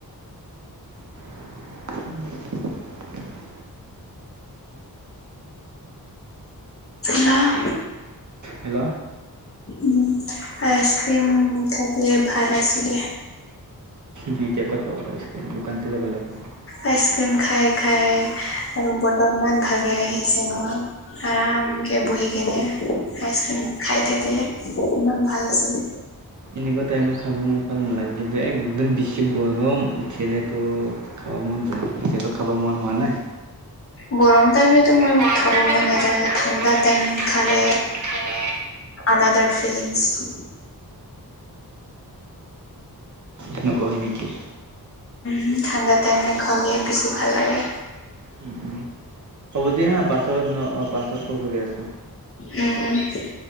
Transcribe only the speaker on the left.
লাহ
উম আইচক্ৰিম থাকিলে ভাল আছিলে।
আইচ ক্ৰীম খাই খাই আৰু ব্তৰ ইমান ভালে আহিছে নহয়। আৰামকে বহি কেনে আইচক্ৰীম খাই থাকিলে ইমান ভাল আছিল।
গৰম টাইমেতো মই
খাব
মন
নাযায়
ঠাণ্ডা
টাইম
খালে।
আনাদাৰ ফিলিংছ।
উম ঠাণ্ডা টাইমে খালেই বেছি ভাল লাগে।
উম।